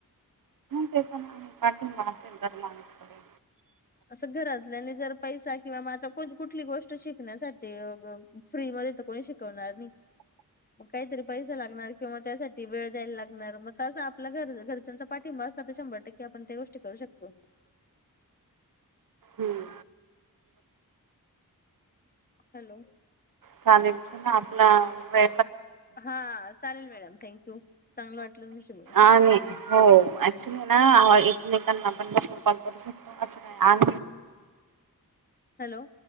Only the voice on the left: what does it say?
असं घरातल्या आणि जर. पैसा किंवा मग आता कुठली गोष्ट शिकण्यासाठी फ्री मध्ये तर कोणी शिकवणार नाही. मग काहीतरी पैसा लागणार किंवा त्यासाठी वेळ द्यायला लागणार मग त्या आपलं घर घरच्यांचा पाठिंबा असता तर शंभर टक्के आपण त्या गोष्ट करू शकतो.
हॅलो
हा चालेल मॅडम थँक्यू चांगलं वाटलं तुमच्याशी बोलून
हॅलो